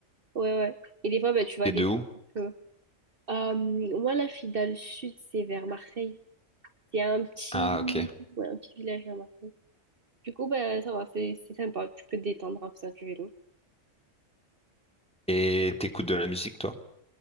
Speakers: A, on the right; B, in the centre.
A: Ouais, ouais. Et des fois, bah, tu vois
B: T'es
A: des
B: de où?
A: groupes Euh, moi, là, je suis dans le sud, c'est vers Marseille. C'est un petit,
B: Ah, ok.
A: ouais, un petit village vers Marseille. Du coup, ben, ça va, c'est c'est sympa. Tu peux te détendre en faisant du vélo.
B: Et t'écoutes de la musique, toi?